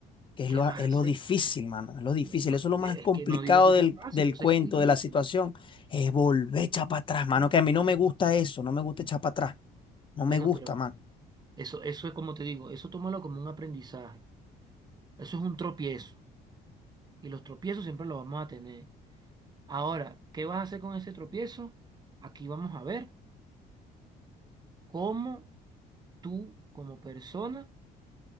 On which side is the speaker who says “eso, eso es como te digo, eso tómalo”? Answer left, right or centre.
Right